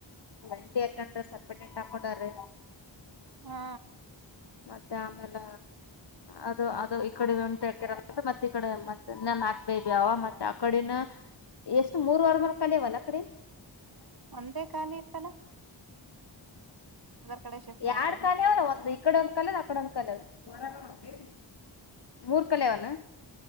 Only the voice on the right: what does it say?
ಹಾ
ಒಂದೇ ಖಾಲಿ ಇರ್ತಲ್ಲ. ಕಡೆ ಶಿಫ್ಟ್ ಮಾಡ್ರಿ